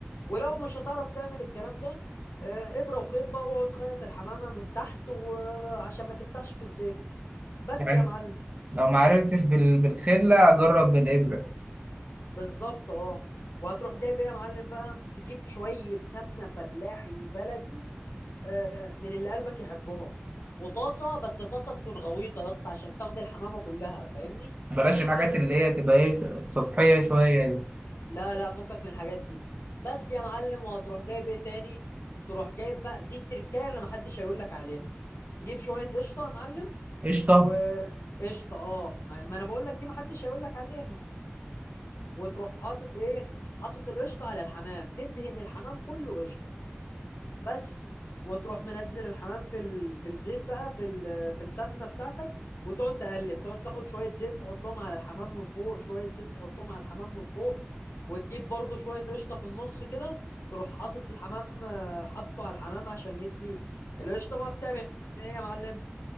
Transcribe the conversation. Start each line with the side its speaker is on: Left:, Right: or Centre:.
Left: ولو مش هتعرف تعمل الكلام ده آه، ابره وخيط بقى واقعد خيط الحمامه من تحت وعشان ما تفتحش في الزيت بس
Right: يعني
Left: يا معلم
Right: لو ما عرفتش بال... بالخلة اجرب بالإبرة
Left: بالظبط اه وهتروح جايب ايه يا معلم بقى تجيب شويه سمنه فلاحي بلدي آه، من اللي قلبك يحبهم وطاسه بس طاسه تكون غويطه يا اسطى عشان تاخد الحمامه كلها فاهمني
Right: بلاش الحاجات اللي هي تبقى ايه سطحية شوية دي
Left: لا لا فكك من الحاجات دي بس يا معلم وهتروح جايب ايه تاني تروح جايب بقى دي التركايه اللي محدش هيقول لك عليها تجيب شويه قشطه يا معلم
Right: قشطة
Left: وقشطه اه ما ما انا بقول لك دي محدش هيقول لك عليها وتروح حاطط ايه حاطط القشطه على الحمام تدهن الحمام كله قشطه بس وتروح منزل الحمام في ال... في الزيت بقى في ال... في السمنه بتاعتك وتقعد تقلب تقعد تاخد شويه زيت تحطهم على الحمام من فوق شويه زيت تحطهم على الحمام من فوق وتجيب برضو شويه قشطه في النص كده تروح حاطط الحمام آه، حاطه على الحمام عشان يدي القشطه بقى بتعمل ايه يا معلم